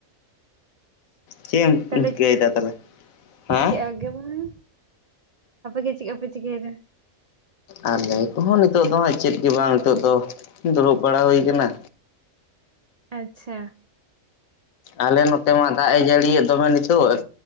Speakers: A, on the left; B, on the right.
A: ᱪᱮᱫ
B: ᱛᱟᱦᱞᱮ
A: ᱮᱢ ᱪᱤᱠᱟᱹᱭᱮᱫᱟ ᱛᱟᱦᱚᱞᱮ ᱦᱮᱸ
B: ᱪᱮᱫ ᱜᱮ ᱵᱟᱝ ᱟᱯᱮ ᱜᱮ ᱪᱮᱫ ᱠᱚ ᱯᱮ ᱪᱤᱠᱟᱹᱭᱮᱫᱟ?
A: ᱟᱨ ᱞᱟᱹᱭ ᱠᱚᱦᱚᱸ ᱱᱤᱛᱚᱜ ᱫᱚ ᱦᱟᱸᱜ ᱪᱮᱫ ᱜᱮ ᱵᱟᱝ ᱱᱤᱛᱚᱜ ᱫᱚ ᱫᱩᱲᱩᱵ ᱵᱟᱲᱟ ᱦᱩᱭ ᱠᱟᱱᱟ᱾
B: ᱟᱪᱪᱷᱟ᱾
A: ᱟᱞᱮ ᱱᱚᱛᱮ ᱢᱟ ᱫᱟᱜ ᱮ ᱡᱟᱹᱲᱤᱭᱮᱜ ᱫᱚᱢᱮ ᱱᱤᱛᱳᱜ